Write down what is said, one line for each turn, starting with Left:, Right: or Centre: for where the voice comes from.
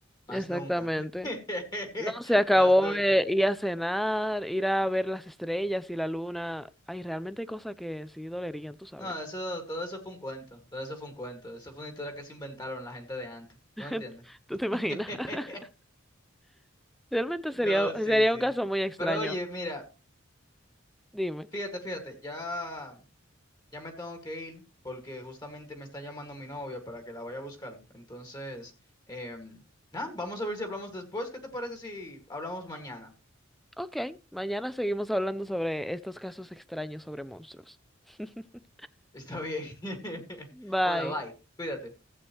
Left: más
Centre: exactamente.
Left: nunca. <laughs>
Centre: No, se acabó
Left: Más nunca.
Centre: eh, ir a cenar, ir a ver las estrellas y la luna. Ay, realmente hay cosas que sí dolerían, tú sabes.
Left: No, eso, todo eso fue un cuento, todo eso fue un cuento, eso fue una historia que se inventaron la gente de antes,
Centre: <laughs>
Left: ¿tú me entiendes?
Centre: ¿Tú te imaginas?
Left: <laughs>
Centre: <laughs> Realmente
Left: No,
Centre: sería,
Left: sí,
Centre: sería
Left: sí.
Centre: un caso muy extraño.
Left: Pero oye, mira,
Centre: Dime.
Left: fíjate, fíjate, ya Ya me tengo que ir porque justamente me está llamando mi novia para que la vaya a buscar. Entonces, em, nada, vamos a ver si hablamos después. ¿Qué te parece si hablamos mañana?
Centre: Ok, mañana seguimos hablando sobre estos casos extraños sobre monstruos. <laughs>
Left: Está bien. <laughs>
Centre: Bye.
Left: Bueno, bye. Cuídate.